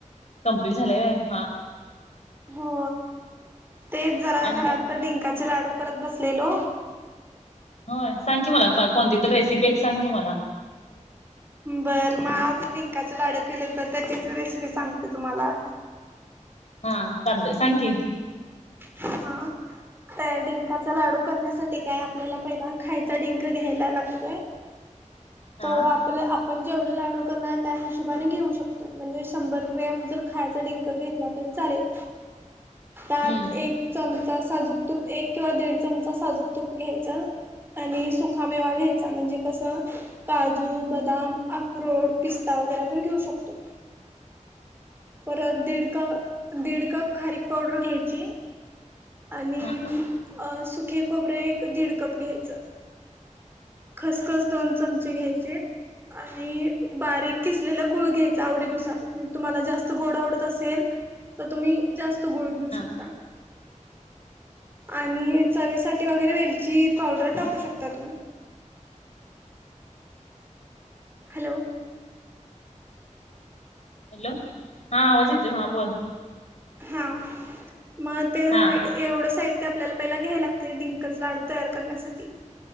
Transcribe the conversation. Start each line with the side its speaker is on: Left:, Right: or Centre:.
Left: कं्प्लीट झाय ह
Right: हो तेच जरा
Left: आणि
Right: घरात
Left: काय
Right: तर ढिंकाचे लाडू करत बसलेलो.
Left: होय सांग की मला कोणती तर रेसिपी एक सांग की मला.
Right: बरं मग आज डिंकाचे लाडू केले तर त्याचीच रेसिपी सांगते तुम्हाला.
Left: हा कले संांखी
Right: हा. त्या डिंकाचा लाडू करण्यासाठी काय आपल्याला पहिला खायचा डिंक घ्यायला लागतोय.
Left: हा
Right: तो आपल्या आपण जेवढ लाडू करणार त्या हिशोबाने घेऊ शकतोय म्हणजे शंभर ग्रॅम जर खायचा डं घेतला तरी चालेल त्यात
Left: हम्म
Right: एक चमचा साजूक तूप एक किंवा दीड चमचा साजूक तूप घ्यायचा. आणि सुखामेवा घ्यायचा म्हणजे कसं. काजू बदाम अख्रोड पिस्ता वगैरे आपण घेऊ शकतो. परत दीड क दीड कप खारीक पावडर घ्यायची. आणि
Left: हा
Right: सुके खोबरे एक दीड कप घ्यायचं. खसखस दोन चमचे घ्यायचे. आणि बारीक किसलेला गुळ घ्यायचा आवडीनुसार म्हणजे तुम्हाला जास्त गोड आवडत असेल. तर तुम्ही जास्त गुळ घेऊ
Left: हा
Right: शकता आणि चवीसाठी वगैरे वेलची पावडर टाकू शकता तुम्ही हॅलो!
Left: हॅलो हा आजिते हां बोल.
Right: हा मग ते झालंय.
Left: हा
Right: एवढं साहित्य आपल्याला पहिला घ्यायला लागते डिंक लाडू तयार करण्यासाठी.